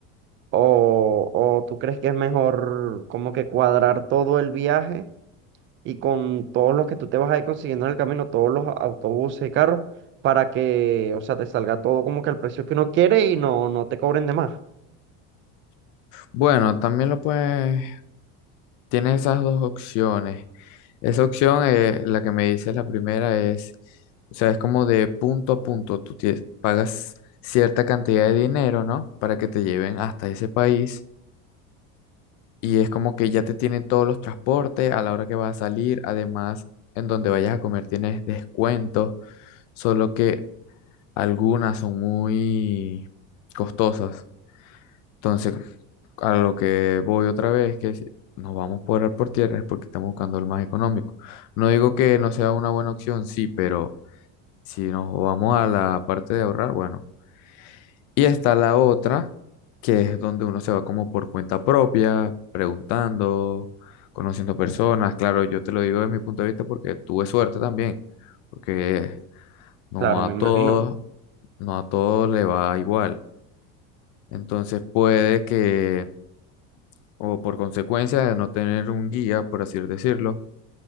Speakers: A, on the right; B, on the left.
A: o, o tú crees que es mejor como que cuadrar todo el viaje y con todos los que tú te vas a ir consiguiendo en el camino, todos los autobuses y carros, para que, o sea, te salga todo como que al precio que uno quiere y no, no te cobren de más.
B: bueno, también lo puedes, tienes esas dos opciones. Esa opción, eh, la que me dices la primera es, o sea, es como de punto a punto, tú tie- pagas cierta cantidad de dinero, ¿no? Para que te lleven hasta ese país Y es como que ya te tienen todos los transportes a la hora que vas a salir. Además, en donde vayas a comer tienes descuentos, solo que algunas son muy costosas. Entonces, a lo que voy otra vez, que si nos vamos por el por tierra es porque estamos buscando el más económico. No digo que no sea una buena opción, sí, pero si nos vamos a la parte de ahorrar, bueno. Y está la otra, que es donde uno se va como por cuenta propia, preguntando, conociendo personas. Claro, yo te lo digo desde mi punto de vista porque tuve suerte también, porque no
A: Claro, me
B: a
A: imagino.
B: todos, no a todos le va igual. Entonces puede que, o por consecuencia de no tener un guía, por así decirlo,